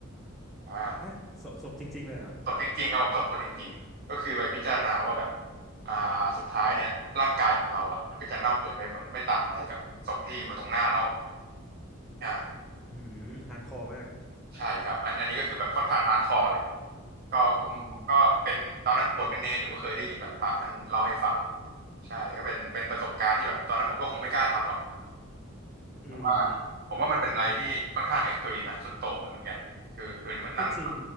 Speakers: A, on the right; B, in the centre.
A: อ่า
B: ฮะศพศพจริงๆเลยเหรอครับ
A: ตบจริงๆครับผมตบคนจริงๆก็คือไปพิจารณาว่าแบบอ่าสุดท้ายเนี่ยร่างกายของเราอ่ะมันก็จะเน่าเปื่อยไปเหมือนไม่ต่างอะไรกับศพที่อยู่ตรงหน้าเราอ่า
B: อืมฮาร์ดคอร์มาก
A: ใช่ครับอันอันนี้ก็คือแบบค่อนข้างฮาร์ดคอร์เลยก็ผมก็เป็นตอนนั้นปวดเป็นเนรอยู่ก็เคยได้ยินแบบพระท่านเล่าให้ฟัง
B: อืม
A: ใช่ก็เป็นเป็นประสบการณ์ที่แบบตอนนั้นผมก็คงไม่กล้าทำหรอก
B: อืม
A: ว่าผมว่ามันเป็นอะไรที่ค่อนข้างเอ็กซ์ตรีมนะสุดโต่งอยู่เหมือนกันคือคือเหมือนนั่ง
B: ก็จริง